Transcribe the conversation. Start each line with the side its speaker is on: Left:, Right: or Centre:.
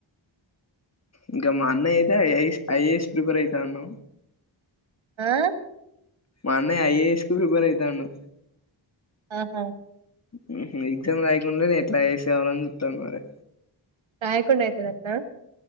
Left: ఇంకా మా అన్నయ్య అయితే ఐఎస్ ఐఏఎస్ ప్రిపేర్ అయితాండు.
Right: ఆ
Left: మా అన్నయ్య ఐఏఎస్ కు ప్రిపేర్ అయితాండు
Right: ఆహా
Left: హ్మ్ మ్మ్ ఎగ్జామ్ లేయకుండా నేను ఎట్లా వేసేవాలని చూస్తాను మరి
Right: రాయకుండా ఐతది అట్నా